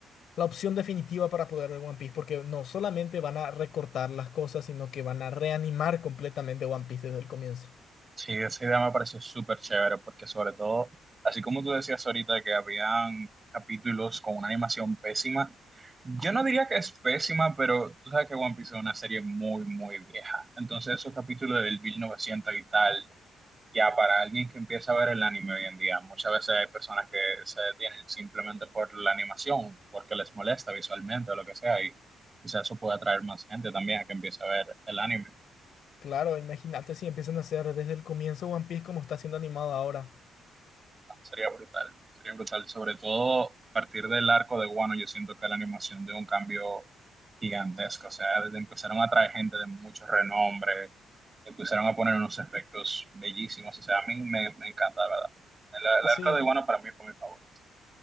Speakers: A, on the left; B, on the right.
A: la opción definitiva para poder ver One Piece, porque no solamente van a recortar las cosas, sino que van a reanimar completamente One Piece desde el comienzo.
B: Sí, esa idea me parece súper chévere porque sobre todo, así como tú decías ahorita que habían capítulos con una animación pésima, yo no diría que es pésima, pero tú sabes que One Piece es una serie muy, muy vieja. Entonces esos capítulos del 1900 y tal, ya para alguien que empieza a ver el anime hoy en día, muchas veces hay personas que se detienen simplemente por la animación, porque les molesta visualmente o lo que sea, y quizás eso puede atraer más gente también a que empiece a ver el anime.
A: Claro, imagínate si empiezan a hacer desde el comienzo One Piece como está siendo animado ahora.
B: Sería brutal, sería brutal. Sobre todo a partir del arco de Guano, yo siento que la animación dio un cambio gigantesco. O sea, desde empezaron a traer gente de mucho renombre, empezaron a poner unos efectos bellísimos. O sea, a mí me, me encanta, de verdad. El, el
A: Sí,
B: arco de Guano para mí fue mi favorito.